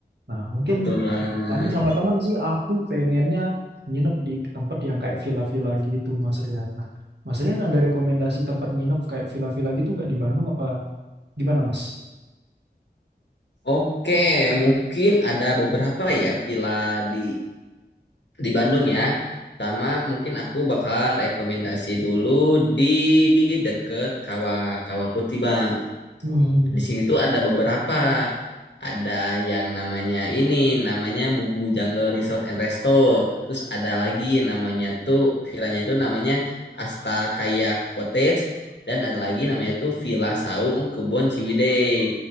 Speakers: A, on the right (about 75°); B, on the left (about 80°).
A: Nah, mungkin
B: Betul banget.
A: paling sama temen sih aku pengennya nginep di tempat yang kayak villa-villa gitu, Mas Rian. Nah, Mas Rian ada rekomendasi tempat nginep kayak villa-villa gitu nggak di Bandung apa gimana, Mas?
B: Oke, mungkin ada beberapa ya villa di di Bandung ya. Pertama mungkin aku bakal rekomendasi dulu di deket Kawah Kawah Putih Bang.
A: Hmm.
B: Di sini tuh ada beberapa. Ada yang namanya ini, namanya Bubu Jungle Resort and Resto. Terus ada lagi namanya tuh villanya itu namanya Asta Kayak Cottage dan ada lagi namanya tuh Villa Saung Kebon Ciwidey.